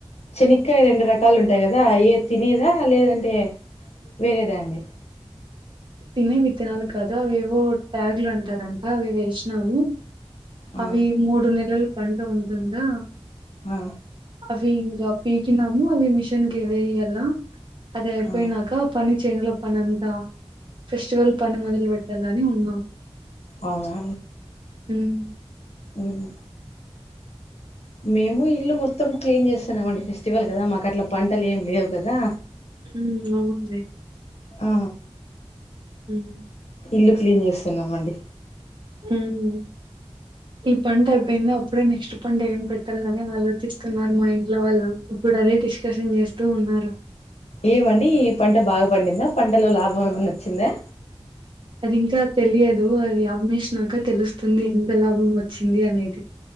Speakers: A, on the left; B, on the right.
A: శెనకాయ రెండు రకాలు ఉంటాయి కదా ఏ తినేదా లేదంటే వేరేదా అండి
B: తినేవి తినాలి కదా అవివో ట్యాగులు అంటారంట అవి వేసినాము
A: ఆ
B: అవి మూడు నెలల పంట ఉంటుందా
A: ఆ
B: అవి ఇంకా పీకినాము అవి మిషన్ కి వేయగల అది అయిపోయినాక
A: ఆ
B: ఆ పని చేన్ లో పనింతా ఫెస్టివల్ పని మొదలు పెట్టాల అని ఉన్నాం
A: అవునా
B: ఉమ్
A: ఉమ్ మేము ఇల్లు మొత్తం క్లీన్ చేస్తున్నామండి ఫెస్టివల్ కదా మాకు అట్లా పంటలు ఏమి లేవు కదా
B: ఉమ్ అవునులే
A: ఆ
B: ఉమ్
A: ఇల్లు క్లీన్ చేస్తున్నామ అండి
B: ఉమ్ ఈ పంట ఆయీ ఇప్పుడే నెక్స్ట్ పంట ఏం పెట్టాలని వాళ్లోచిస్తున్నారు మా ఇంట్లో వాళ్ళు ఇప్పుడు అదే డిస్కషన్ చేస్తూ నారు
A: ఏం అని పంట బాగా పడిందా పంటలో లాభం ఏమన్నా వచ్చిందా
B: అది ఇంకా తెలియదు అది ఆమెషినక నాక తెలుస్తుంది ఎంత లాభం వచ్చింది అనేది